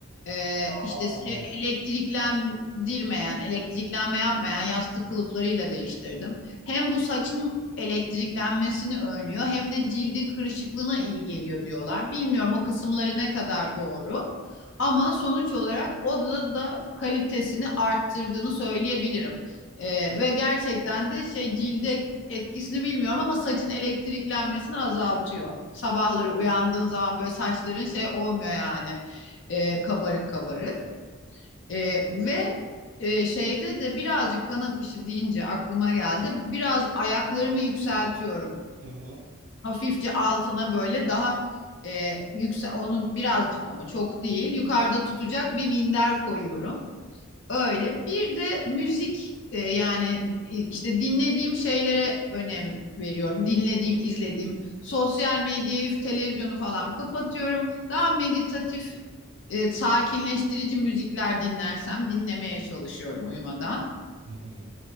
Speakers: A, on the left (about 55°); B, on the right (about 70°).
A: Ee,
B: Aa.
A: işte şey, elektriklendirmeyen, elektriklenme yapmayan yastık kılıflarıyla değiştirdim. Hem bu saçın elektriklenmesini önlüyor hem de cildin kırışıklığına iyi geliyor diyorlar. Bilmiyorum o kısımları ne kadar doğru ama sonuç olarak odada da da kalitesini arttırdığını söyleyebilirim. Ee, ve gerçekten de şey cilde etkisini bilmiyorum ama saçın elektriklenmesini azaltıyor. Sabahları uyandığın zaman böyle saçların şey olmuyor yani e, kabarık kabarık. E, ve e, şeyde de birazcık kan akışı deyince aklıma geldi. Biraz ayaklarımı yükseltiyorum.
B: Hı hı.
A: Hafifçe altına böyle daha e, yüksel onu birazcık ama çok değil. Yukarıda tutacak bir minder koyuyorum. Öyle. Bir de müzik e, yani e, işte dinlediğim şeylere önem veriyorum. Dinlediğim, izlediğim. Sosyal medyayı, televizyonu falan kapatıyorum. Daha meditatif, e, sakinleştirici müzikler dinlersem dinlemeye çalışıyorum uyumadan.
B: Hı hı.